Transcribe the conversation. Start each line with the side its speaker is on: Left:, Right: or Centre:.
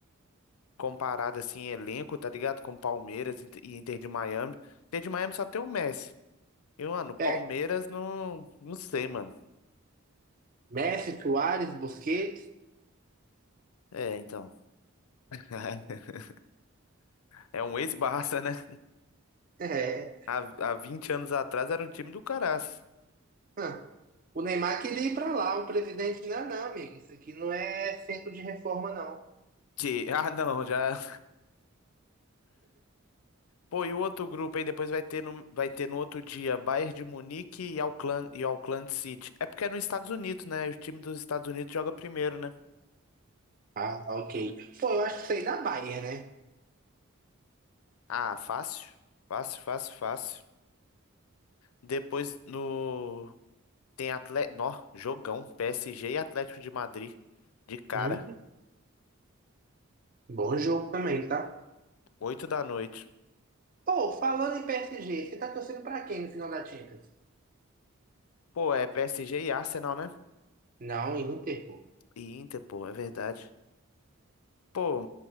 Left: Comparado assim, em elenco, tá ligado? Com Palmeiras e e Inter de Miami. Inter de Miami só tem o Messi. E, mano, o Palmeiras
Right: É,
Left: não. Não sei, mano.
Right: Messi, Suárez, Busquets.
Left: É, então. <laughs> É um ex-Barça, né?
Right: É.
Left: Há, há 20 anos atrás era um time do caraço.
Right: Hã. O Neymar queria ir pra lá, o presidente, não, não, amigo. Isso aqui não é centro de reforma, não.
Left: Que- <laughs> Ah, não, já. Pô, e o outro grupo aí depois vai ter no, vai ter no outro dia Bayern de Munique e Auckland, e Auckland City. É porque é nos Estados Unidos, né? O time dos Estados Unidos joga primeiro, né?
Right: Ah, ok. Pô, eu acho que isso aí da Bayern, né?
Left: Ah, fácil. Fácil, fácil, fácil. Depois no tem Atlético, nó, jogão, PSG e Atlético de Madrid de cara,
Right: Hum, bom jogo também, tá?
Left: 8 da noite.
Right: Pô, falando em PSG, você tá torcendo pra quem no final da Champions?
Left: Pô, é PSG e Arsenal, né?
Right: Não, Inter, pô.
Left: E Inter, pô, é verdade. Pô,